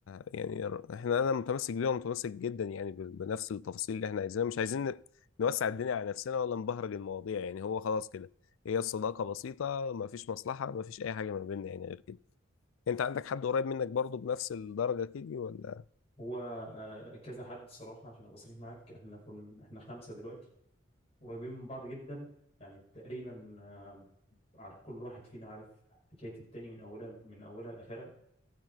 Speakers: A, on the left; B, on the left.
A: يعني ر- احنا انا متمسك بيها ومتمسك جدا يعني ب- بنفس التفاصيل اللي احنا عايزينها مش عايزين ن- نوسع الدنيا على نفسنا ولا نبهرج المواضيع يعني هو خلاص كده هي الصداقة بسيطة ما فيش مصلحة ما فيش اي حاجة ما بيننا يعني غير كده انت عندك حد قريب منك برضو بنفس الدرجة كده ولا
B: هو آه، كذا حد صراحة عشان ابقى صريح معاك احنا كنا احنا خمسة دلوقتي قريبين من بعض جدا يعني تقريبا آه، عارف كل واحد فينا عارف حكاية التاني من اولها من اولها لاخرها